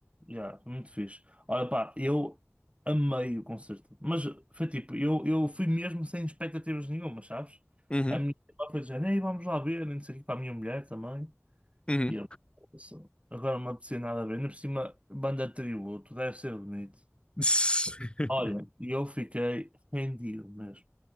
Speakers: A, on the right (about 25°); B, on the left (about 20°).
A: Já, foi muito fixe. Olha, pá, eu amei o concerto. Mas foi tipo, eu, eu fui mesmo sem expectativas nenhuma, sabes?
B: Uhum,
A: A minha irmã foi dizendo, Ei, vamos lá ver, nem sei o que para a minha mulher também.
B: uhum,
A: E eu, "Nossa, agora não me apetecia nada a ver. Ainda por cima, banda de tributo, deve ser bonito.
B: <laughs>
A: Olha, e eu fiquei rendido mesmo.